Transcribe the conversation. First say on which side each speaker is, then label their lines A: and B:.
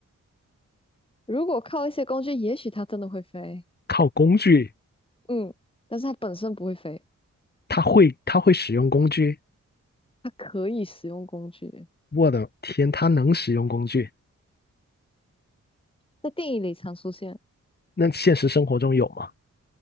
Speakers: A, on the left; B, on the left.
A: 如果靠一些工具，也许他真的会飞。
B: 靠工具。
A: 嗯，但是他本身不会飞，
B: 他会他会使用工具，
A: 他可以使用工具，
B: 我的天，他能使用工具？
A: 在电影里常出现，
B: 那现实生活中有吗？